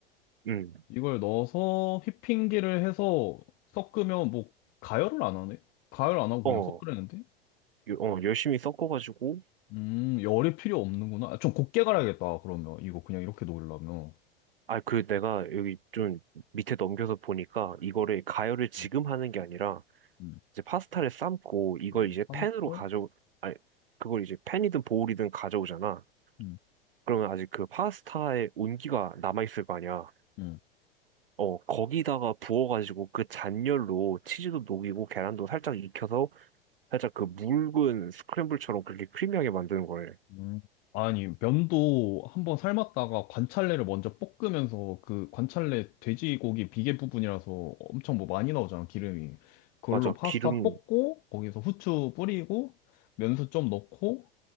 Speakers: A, on the right; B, on the left.
A: 응.
B: 이걸 넣어서 휘핑기를 해서 섞으면 뭐 가열을 안 하네? 가열 안 하고 그냥
A: 어,
B: 섞으려는데?
A: 요- 어, 열심히 섞어가지고,
B: 음, 열이 필요 없는구나. 아, 좀 곱게 갈아야겠다, 그러면. 이거 그냥 이렇게 놓으려면.
A: 아, 그 내가 여기 좀 밑에 넘겨서 보니까 이거를 가열을 지금
B: 음,
A: 하는 게 아니라
B: 음.
A: 이제 파스타를 삶고 이걸
B: 뭐,
A: 이제
B: 삶고,
A: 팬으로 가져, 아니, 그걸 이제 팬이든 보울이든 가져오잖아.
B: 음,
A: 그러면 아직 그 파스타의 온기가 남아있을 거 아니야.
B: 음,
A: 어, 거기다가 부어가지고 그 잔열로 치즈도 녹이고 계란도 살짝 익혀서 살짝 그 묽은 스크램블처럼 그렇게 크리미하게 만드는 거래.
B: 음. 아니, 면도 한번 삶았다가 관찰래를 먼저 볶으면서 그 관찰래 돼지고기 비계 부분이라서 엄청 뭐 많이 나오잖아, 기름이. 그걸로
A: 맞아,
B: 파스타
A: 기름,
B: 볶고, 거기서 후추 뿌리고, 면수 좀 넣고,